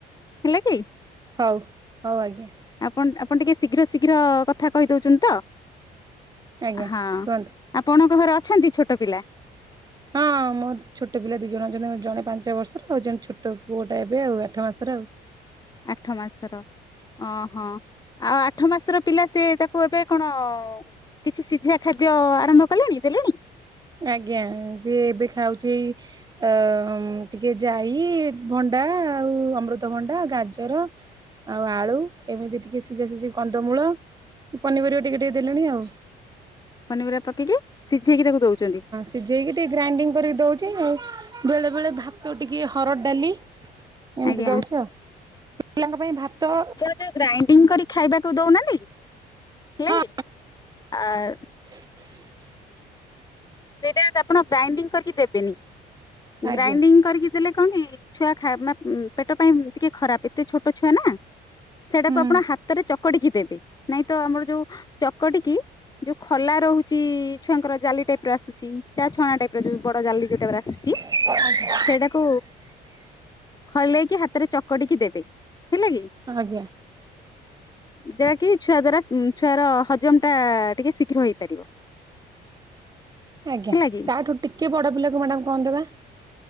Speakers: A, on the left; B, on the right.
A: ହେଲା କି?
B: ହଉ, ହଉ ଆଜ୍ଞା।
A: ଆପଣ ଆପଣ ଟିକେ ଶୀଘ୍ର ଶୀଘ୍ର କଥା କହିଦଉଚନ୍ତି ତ।
B: ଆଜ୍ଞା
A: ହଁ
B: କୁହନ୍ତୁ।
A: ଆପଣଙ୍କ ଘରେ ଅଛନ୍ତି ଛୋଟ ପିଲା।
B: ହଁ। ମୋର ଛୋଟ ପିଲା ଦି ଜଣ ଯେଣ ଜଣେ ପାଞ୍ଚ ବର୍ଷର, ଆଉ ଯଣେ ଛୋଟ ପୁଅଟା ଏବେ ଆଉ ଆଠ ମାସର ଆଉ।
A: ଆଠ ମାସର। ଓହୋ ଆଉ ଆଠ ମାସର ପିଲା ସିଏ ତାକୁ ଏବେ କଣ? କିଛି ସିଝା ଖାଦ୍ୟ ଆରମ୍ଭ କଲେଣି ଦେଲେଣି।
B: ଆଜ୍ଞା, ସିଏ ଏବେ ଖାଉଚି ଅ ଟିକେ ଯାଇ ଭଣ୍ଡା ଆଉ ଅମୃତଭଣ୍ଡା ଗାଜର ଆଉ ଆଳୁ ଏମିତି ଟିକେ ସିଝା ସିଝି କନ୍ଦମୂଳ ପନିପରିବା ଟିକେ ଟିକେ ଦେଲେଣି ଆଉ।
A: ପନିରିବା ପକେଇକି ସିଝେଇକି ତାକୁ ଦଉଚ। ନ୍ତି
B: ସିଝେ ଇକି ଟିକେ ଗ୍ରାଇଣ୍ଡିଙ୍ଗ କରିକି ଦଉଛି ଆଉ। ବେଳେ ବେଳେ ଭାତ ଟିକେ ହରଡ଼ ଡାଲି -- ଏମିତି
A: ଆଜ୍ଞା
B: ଦଉଛି ଆଉ। ପିଲାଙ୍କ ପାଇଁ ଭାତ- -
A: ଜେ ଗ୍ରାଇଣ୍ଡିଙ୍ଗ କରି ଖାଇବାକୁ ଦେଉନାହାଁନ୍ତି। ହେଲାକି
B: ହଁ
A: ଆ --
B: <inaudible>
A: ସେଇଟା ଯଦି ଆପଣ ଗ୍ରାଇଣ୍ଡିଙ୍ଗ କରିକି ଦେବେନି
B: ଆଜ୍ଞା
A: ଗ୍ରାଇଣ୍ଡିଙ୍ଗ କରିକି -- ଦେଲେ କଣ କି ଛୁଆ ଖାଇବା ପେଟ ପାଇଁ ଟିକେ ଖରାପ ଏତେ ଛୋଟ ଛୁଆ ନା। ସେଇଟାକୁ
B: ହୁଁ
A: ଆପଣ ହାତେରେ ଚକଟିକି ଦେବେ ନାଇଁ ତ ଆମର ଯୋଉ ଚକଟିକି ଯୋଉ ଖଲା ରହୁଚିଛୁଆଙ୍କର ଜାଲ <unintelligible> ଆସୁଛି ଚା ଛଣା ଟାଇପ ର ଯୋଉ ବଡ ଜାଲି ଜୋ ଉଟା ଆସୁଚି।
B: <inaudible>
A: ସେଇଟାକୁ ଖଲେଇକି ହାତରେ ଚ ଚକଟିକି ଦେବେ ହେଲା କି।
B: ଆଜ୍ଞା
A: ଜା କିି ଛୁଆ ଦ୍ଵାରା ଛୁଆର ହଜମ ଟା ଟିକେ ଶୀଘ୍ର ହେଇପାରିବ।
B: ଆଜ୍ଞା
A: ହେଲା କି
B: ତାଠୁ ଟିକେ ବଡ ପିଲାକୁ ମ୍ୟାଡାାମ କଣ ଦେବା।